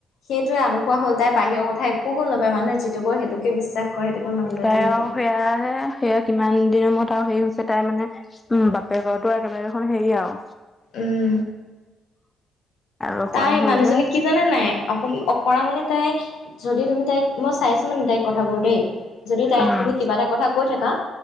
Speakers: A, on the left (about 75°); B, on the left (about 20°).
A: সেইটোৱে আলু খুৱা হল তাই বাহিৰৰ কথা একো গম নাপায় মানুহে যিটো কই সেইটো কি বিশ্বাস কৰে সেইটোকে মানি লয়
B: তাই
A: তেনেকুৱা
B: আও সেয়াহে সেয়া কিমান দিনৰ মূৰত আৰু হেৰি হৈছে তাই মানে উম বাপেকৰতো একেবাৰে দেখোন হেৰি আও
A: উম।
B: ৰখুৱাই
A: তাই
B: হ'ল
A: মানুহজনীক
B: যে
A: কি জানে নাই? অকন অকৰা মানে তাই যদি তুমি তাইক মই চাইছো মানে তাইক কথাবোৰ দেই, যদি তাইক
B: উম
A: তুমি কিবা এটা কথা কৈ থাকা